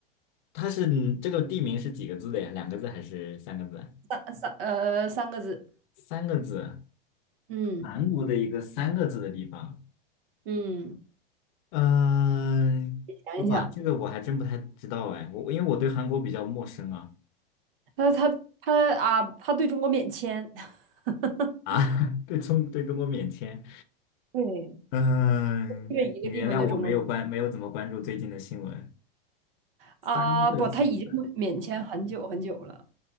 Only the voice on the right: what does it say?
三三呃三个字，
嗯
嗯，
你想一想，
他他他啊，他对中国免签，<laughs>
对，
这个一个地方对中国
啊，不，他已经免签很久很久了，